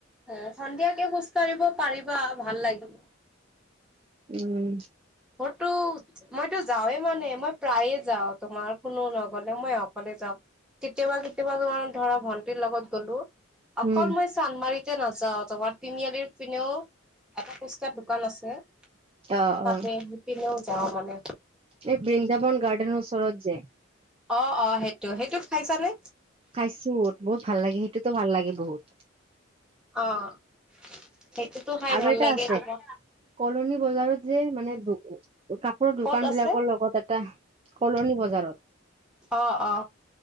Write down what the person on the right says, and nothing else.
উম
উম
অ,
অ
এই বৃন্দাবন গাৰ্ডেনৰ ওচৰত যে
খাইছো বহুত ভাল লাগে সেইটোতো ভাল লাগে বহুত।
আৰু
এটা
আছে
কলনী বজাৰত যে মানে কাপোৰৰ দোকান
বিলাকৰ লগত এটা কলনী বজাৰত